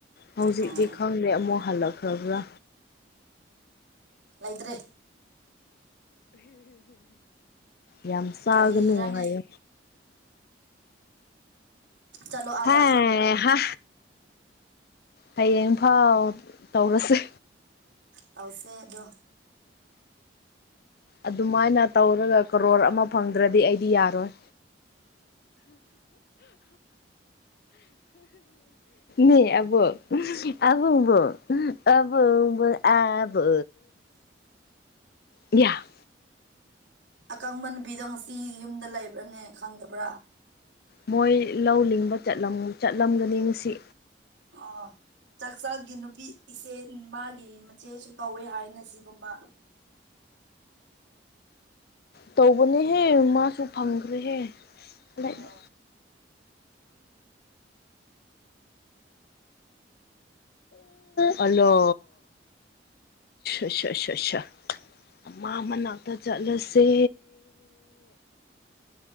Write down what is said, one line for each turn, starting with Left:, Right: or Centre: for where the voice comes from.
Left: ꯍꯧꯖꯤꯛꯇꯤ
Right: ꯑꯣ ꯑꯣ
Left: ꯈꯪꯗꯦ ꯑꯃꯨꯛ ꯐꯂꯛ ꯐ꯭ꯔꯕ
Right: ꯂꯩꯇ꯭ꯔꯦ
Left: ꯌꯥꯝ ꯁꯥꯒꯅꯨ
Right: ꯀꯔꯤꯔꯅꯦ
Left: ꯍꯥꯏꯌꯦ
Right: ꯆꯠꯂꯣ ꯑꯥꯗ
Left: ꯍ ꯍꯌꯦꯡꯐꯥꯎ ꯇꯧꯔꯁꯦ
Right: ꯇꯥꯎꯁꯦꯗꯣ
Left: ꯑꯗꯨꯃꯥꯏꯅ ꯇꯧꯔꯒ ꯀꯔꯣꯔ ꯑꯃ ꯐꯪꯗ꯭ꯔꯗꯤ ꯑꯩꯗꯤ ꯌꯥꯔꯣꯏ <inaudible> ꯅ ꯑꯕ ꯑꯕꯨꯡꯕꯨꯕꯨꯡꯕꯨ ꯑꯦꯕ ꯌꯥ
Right: ꯑꯀꯪꯕ ꯅꯨꯄꯤꯗꯣ ꯉꯁꯤ ꯌꯨꯝꯗ ꯂꯩꯕ꯭ꯔꯥꯅꯦ ꯈꯪꯗꯕ꯭ꯔꯥ
Left: ꯃꯣꯏ ꯂꯧ ꯂꯤꯡꯕ ꯆꯠꯂꯝꯒꯅꯤ ꯉꯁꯤ
Right: ꯑ ꯆꯥꯛꯆꯥꯥꯛꯒꯤ ꯅꯨꯄꯤ ꯏꯆꯦ ꯃꯥꯒꯤ ꯃꯆꯦꯁꯨ ꯇꯧꯋꯦ ꯍꯥꯏꯅ ꯁꯤ ꯀꯕ
Left: ꯇꯧꯕꯅꯦꯍꯦ ꯃꯥꯁꯨ ꯐꯪꯈ꯭ꯔꯦꯍꯦ ꯑꯗꯨꯗ
Right: ꯑꯣ
Left: ꯍꯜꯂꯣ ꯑꯆꯥ ꯑꯆꯥ ꯑ ꯃ ꯃꯅꯥꯛꯇ ꯆꯠꯂꯁꯦ